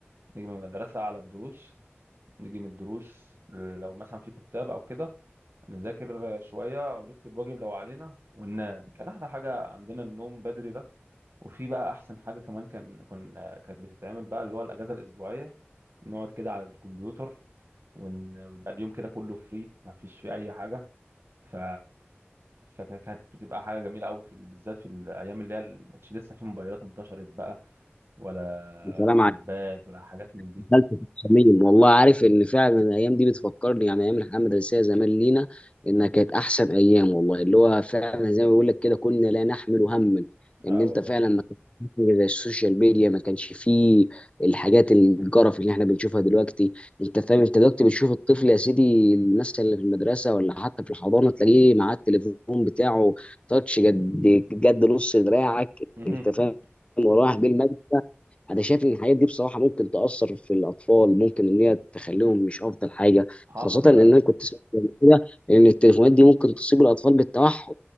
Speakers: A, on the right; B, on the left.
A: نيجي من المدرسه على الدروس نيجي من الدروس لو مثلا في كتاب او كده نذاكر شويه او نكتب واجب لو علينا وننام كان احلى حاجه عندنا النوم بدري ده وفي بقى احسن حاجه كمان كان كنا كانت بتتعمل بقى اللي هو الاجازه الاسبوعيه بنقعد كده على الكمبيوتر ون- ويبقى اليوم كده كله فري ما فيش فيه اي حاجه ف فكانت بتبقى حاجه جميله قوي في ال- بالذات في الايام اللي هي اللي ما كانتش لسه في موبايلات انتشرت بقى ولا
B: يا سلام
A: لابتوبات ولا حاجات من دي
B: دخلت في الصميم والله عارف ان فعلا الايام دي بتفكرني يعني ايام الحياه المدرسيه زمان لينا انها كانت احسن ايام والله اللي هو فعلا زي ما بيقول لك كده كنا لا نحمل هما
A: اه
B: ان انت
A: والله
B: فعلا ما كانش فيه زي السوشيال ميديا ما كانش فيه الحاجات الجرف اللي احنا بنشوفها دلوقتي انت فاهم انت دلوقتي بتشوف الطفل يا سيدي الناس اللي في المدرسه ولا حتى في الحضانه تلاقيه معاه التليفون بتاعه تاتش قد قد نص دراعك
A: <laughs>
B: انت فاهم وراح بالمجلس انا شايف ان الحاجات دي بصراحه ممكن تاثر في الاطفال ممكن ان هي تخليهم مش افضل حاجه
A: حصل
B: خاصه
A: فعلا
B: ان انا كنت سمعت قبل كده ان التليفونات دي ممكن تصيب الاطفال بالتوحد